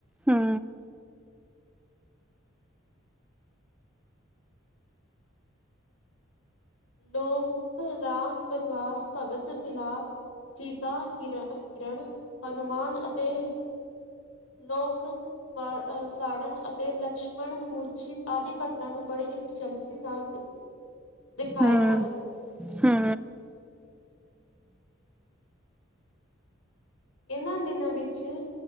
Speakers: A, in the centre; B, on the left.
A: ਹੂੰ।
B: <inaudible> ਦਿਖਾਏ
A: ਹੂੰ
B: ਹਨ।
A: ਹੂੰ।
B: ਇਹਨਾਂ ਦਿਨਾਂ ਵਿੱਚ